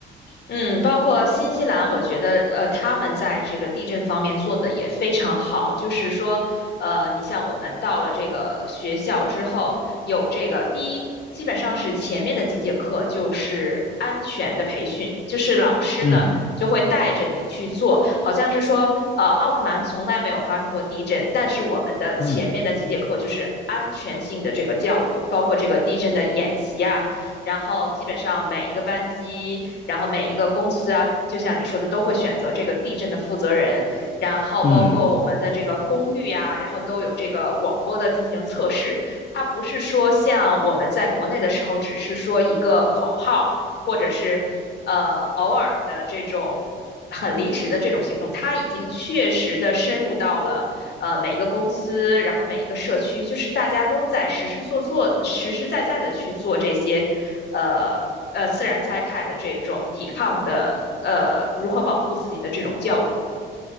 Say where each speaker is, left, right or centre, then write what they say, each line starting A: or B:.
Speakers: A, on the left; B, on the left.
A: 嗯，包括新西兰，我觉得呃，他们在这个地震方面做的也非常好。就是说，呃，你像我们到了这个学校之后，有这个第一，基本上是前面的几节课就是安全的培训，就是老师呢就会带着你去做，
B: 嗯
A: 好像是说，呃，奥克兰从来没有发生过地震，但是我们的前面的几节课就是安全性的这个教育，
B: 嗯
A: 包括这个地震的演习啊。然后基本上每一个班级，然后每一个公司啊，就像你说的，都会选择这个地震的负责人，然后包括我们的这个公寓呀、
B: 嗯，
A: 然后都有这个广播的进行测试。它不是说像我们在国内的时候，只是说一个口号，或者是呃偶尔的这种很临时的这种行动，它已经确实的深入到了。呃每一个公司，然后每一个社区，就是大家都在实实做做、实实在在的去做这些，呃呃自然灾害的这种抵抗的，呃如何保护自己的这种教育